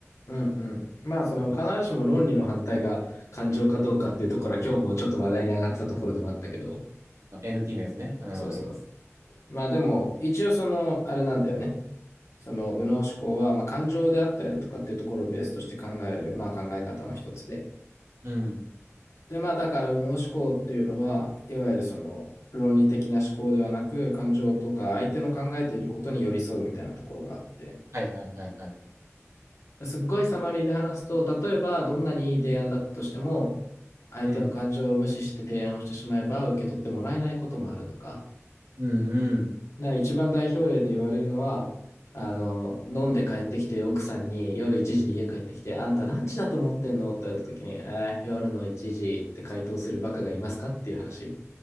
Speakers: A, on the left; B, on the right.
A: うん、うん。まあ、その、
B: だって
A: 必ずしも論理の反対が感情かどうかっていうところは、今日もちょっと話題に上がってたところではあったけど、
B: NT のやつね。うん、
A: そうそ
B: わかります。
A: う。まあでも、一応その、あれなんだよね。その、右脳思考は、まあ感情であったりだとかっていうところをベースとして考える、まあ考え方の一つで。
B: うん。
A: で、まあだから、右脳思考っていうのは、いわゆるその、論理的な思考ではなく、感情とか相手の考えていることに寄り添うみたいなところがあって。
B: はいはいはいはい。
A: すっごいサマリーで話すと、例えば、どんなにいい提案だったとしても、相手の感情を無視して提案をしてしまえば、
B: うん。
A: 受け取ってもらえないこともあるとか。
B: うんうん。
A: な一番代表例で言われるのは、あの、飲んで帰ってきて、奥さんに夜1時に家帰ってきて、あんた何時だと思ってんのって言われた時に、えー夜の1時って回答するバカがいますかっていう話。